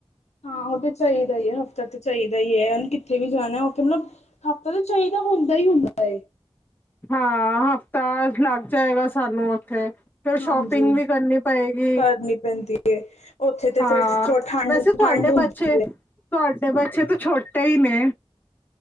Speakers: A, on the left; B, on the left.
A: ਹਾਂ ਉਹ ਤੇ ਚਾਹੀਦਾ ਹੀ ਹੈ ਹਫ਼ਤਾ ਤੇ ਚਾਹੀਦਾ ਹੀ ਹੈ। ਕਿੱਥੇ ਵੀ ਜਾਣਾ ਉਥੇ ਮਤਲਬ ਹਫ਼ਤਾ ਤਾਂ ਚਾਹੀਦਾ ਹੁੰਦਾ ਹੀ ਹੁੰਦਾ ਏ।
B: ਹਾਂ ਹਫ਼ਤਾ ਲੱਗ ਜਾਏਗਾ ਸਾਨੂੰ ਉੱਥੇ। ਫਿਰ
A: ਹਾਂਜੀ
B: ਸ਼ੋਪਿੰਗ ਵੀ ਕਰਨੀ ਪਏਗੀ
A: ਕਰਨੀ ਪੈਂਦੀ ਹੈ, ਉੱਥੇ ਤੇ
B: ਹਾਂ।
A: ਫਿਰ ਥੋ ਠੰਡ
B: ਵੈਸੇ ਤੁਹਾਡੇ
A: ਠੰਡ ਹੁੰਦੀ
B: ਪਾ ਛੇ ਤੁਹਾਡੇ ਬੱਚੇ ਵੀ ਛੋਟੇ ਹੀ ਨੇ।